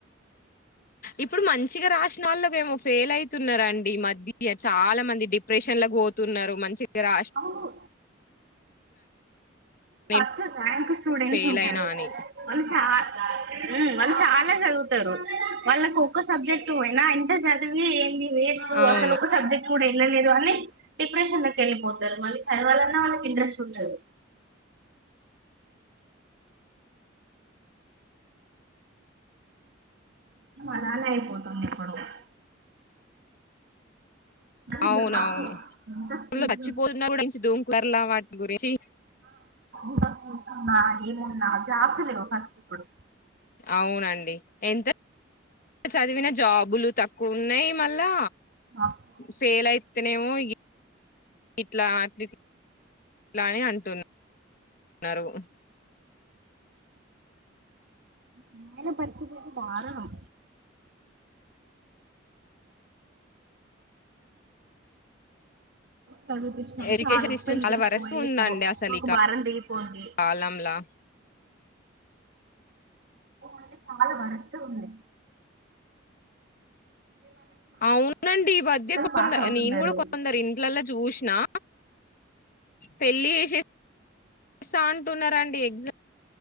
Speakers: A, on the left (about 50°); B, on the right (about 65°).
A: ఇప్పుడు మంచిగా రాసినోళ్లకేమ్మో ఫెయిల్ అవుయ్తున్నారండి. ఈ మధ్య చాలా మంది డిప్రెషన్లకి పోతున్నారు మంచి గ్రాస్
B: అవును ఫస్ట్
A: నేను
B: ర్యాంక్ స్టూడెంట్స్
A: ఫెయిల్
B: ఉంటారు
A: అయినా అని
B: వాళ్లు ఫస్ట్గా హ్మ్ వాళ్ళు చాలా చదువుతారు. వాళ్ళకి ఒక్క సబ్జెక్ట్ పోయినా ఎంత చదివి ఏంటి వేస్టు
A: అవును
B: అసలు ఒక సబ్జెక్ట్ కూడా వినలేదు అని డిప్రషన్లేక్ వెల్ కొందరు మళ్ళీ చదవాలన్నా వాళ్లకి ఇంట్రెస్ట్ ఉండదు. <unintelligible> కానీ
A: అవ్నావును
B: జాబ్స్ ఎంత స్కిల్స్
A: ఫుల్ ఛచ్చిపోతున్న కూడా <unintelligible> వర్లా వాట్ గురించి
B: <inaudible> ఏమున్నా జాస్థిలేవు ఖర్చు ఇప్పుడు
A: అవునండి ఎంత చదివిన జాబులు తక్కువ ఉన్నాయ్ మళ్ళా
B: మా అమ్మాయిల
A: ఫెయ్లై ఇతనేమో ఇ ఇట్లా అట్టిట్ల అని అంటున్నా మరు
B: మా ఆయన పరిస్థితి అయితే దారుణం చదువుపిచ్నాం
A: ఎడ్యుకేషన్
B: చాలు
A: సిస్టమ్
B: పెళ్లి
A: చాలా
B: జేసుకో
A: వరస్ట్
B: ఎళ్ళిపో
A: ఉందండి అసలు
B: మాకు
A: ఈ
B: భారం దిగిపోద్ధి
A: కాలంలా
B: అవునండి చాలా వరస్ట్ గుంది
A: అవునండి. ఈ వధ్యన్ కొంద
B: పాస్ అవుతున్నారు
A: నీన్ గుడ కొందరి ఇండ్లలో జుస్నా పెళ్లి జెసే స్తా. అంటున్నారండి ఎగ్జ్